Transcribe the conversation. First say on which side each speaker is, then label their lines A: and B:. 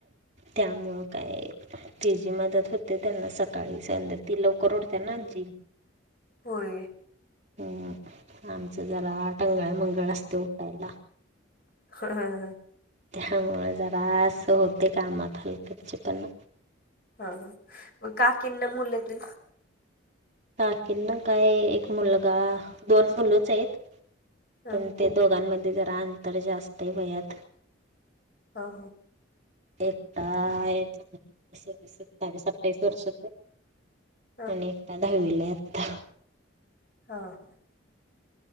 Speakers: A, on the right (about 35°); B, on the left (about 50°).
A: त्यामुळं काय, ती जी मदत होते, त्यांना. सकाळी संध ती लवकर उठते ना, आजी.
B: होय.
A: हम्म. आमचं जरा, टंगळा - मंगळ असते उठायला.
B: <unintelligible>
A: त्यामुळे जरा अस होतय, कामात हलगर्जीपणा.
B: हा, हा. मग काकिना मुलं तेन
A: काकिना काय एक मुलगा, दोन मुलचयत.
B: ह
A: पण ते दोघांमध्ये जरा, अंतर जास्तय वयात.
B: हो, हो.
A: एकटा हाय <unintelligible> सववीस, सत्तावीस, अठ्ठावीस वर्षाचाय.
B: ह
A: आणि एकटा धावीलाय आत्ता.
B: ह <unintelligible>